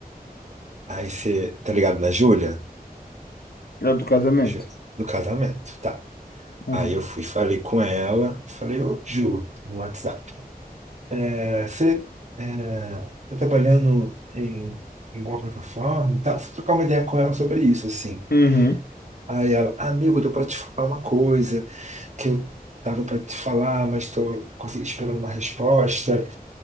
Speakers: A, on the right; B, on the left.
A: Aí você, tá ligado na Júlia?
B: É do casamento.
A: Ju- Do casamento, tá.
B: Uhum,
A: Aí eu fui, falei com ela, falei, ô Ju, no WhatsApp. é, você é, tá trabalhando em, em alguma plataforma e tal? Fui trocar uma ideia com ela sobre isso, assim.
B: uhum,
A: Aí ela, amigo, eu tô pra te falar uma coisa que eu tava pra te falar, mas tô consegui- esperando uma resposta.